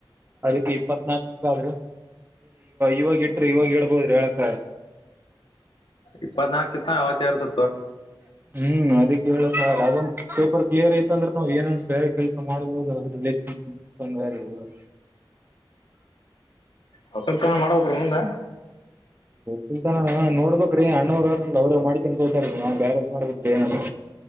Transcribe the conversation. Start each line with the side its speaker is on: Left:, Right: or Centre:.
Right: ಅದಕ್ಕೆ ಇಪ್ಪತ್ನಾಲ್ಕಕ್ಕ ಆದ್ರೆ ಇವಾಗ ಇದ್ರು ಇವಾಗ ಹೇಳ್ಬೋದ್ ಹಾ
Left: ಇಪ್ಪತ್ನಾಕಿತ್ತ ಅವತ್ಯಾರ್ದು
Right: ಹ್ಮ್ ಅದಕ್ಕೆ ಏಳಪ್ಪ ಅದು ಪೇಪರ್ ಕ್ಲಿಯರ್ ಐತಂದ್ರೆ ನಾವು ಏನನ್ ಬೇರೆ ಕೆಲ್ಸ ಮಾಡುದುರ ರಿಲಷನ್ಂಗ್ರ
Left: ವಕ್ಕಲ್ತನ ಮಾಡ್ಬೇಕ್ರೀ ಮುಂದ
Right: ತಿಂತಾನೆ ಅದ ನೋ ಮಾಡ್ಡ್ಬೇಕ್ರೀ ಅಣ್ಣವ್ರ ಅವ್ರೇ ಮಾಡ್ಕನ್ ತೋತಾರೀ ನಾವ ಬೇರದ್ ಮಾಡ್ಬೇಕ್ರೀ ಏನದ್ರ